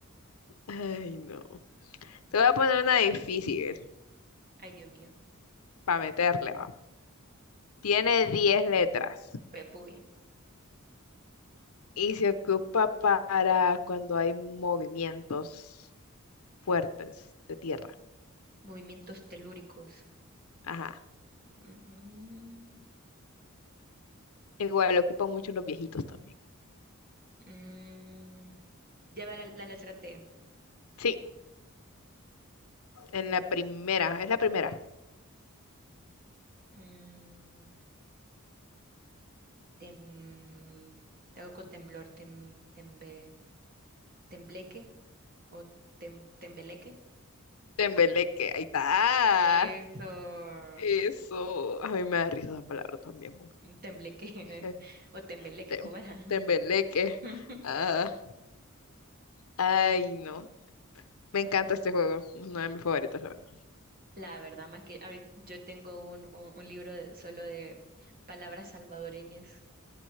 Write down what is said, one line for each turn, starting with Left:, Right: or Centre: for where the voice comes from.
Left: Ay, no. Te voy a poner una difícil
Right: Ay, Dios mío,
Left: para meterle, va. Tiene 10 letras
Right: Pepuy.
Left: y se ocupa para cuando hay movimientos fuertes de tierra.
Right: Movimientos telúricos.
Left: Ajá.
Right: Mm,
Left: Igual lo ocupan mucho los viejitos también.
Right: mm. Lleva la, la letra T.
Left: Sí, en la primera, es la primera.
Right: Mm, tem- te hago con temblor, tem, tembe- tembleque o tem- tembeleque.
Left: Tembeleque, ahí está.
Right: Eso,
Left: Eso,
Right: <laughs>
Left: a mí me da risa esa palabra también.
Right: tembleque <laughs>
Left: mujer.
Right: o tembeleque,
Left: Tem-
Right: ¿cómo era?
Left: Tembeleque.
Right: <laughs>
Left: Ah, ay, no. Me encanta este juego. Es uno de mis favoritos, la verdad.
Right: La verdad, más que ahorita yo tengo un, un, un libro de- solo de palabras salvadoreñas.